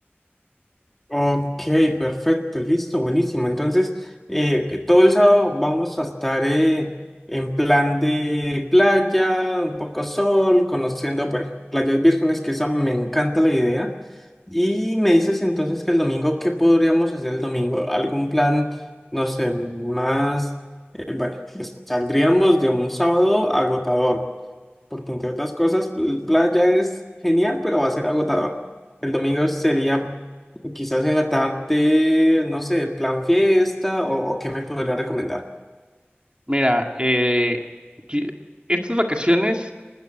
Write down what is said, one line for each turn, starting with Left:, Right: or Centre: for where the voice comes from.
Centre: Ok, perfecto, listo, buenísimo. Entonces, eh, que todo el sábado vamos a estar eh, en plan de playa, un poco sol, conociendo, bueno, playas vírgenes, que esa me encanta la idea. Y me dices entonces que el domingo, ¿qué podríamos hacer el domingo? ¿Algún plan, no sé, más, eh, bueno, pues, saldríamos de un sábado agotador. porque entre otras cosas, el playa es genial, pero va a ser agotador. El domingo sería quizás en la tarde, no sé, plan fiesta o, o qué me podría recomendar.
Right: Mira, eh, qui- estas vacaciones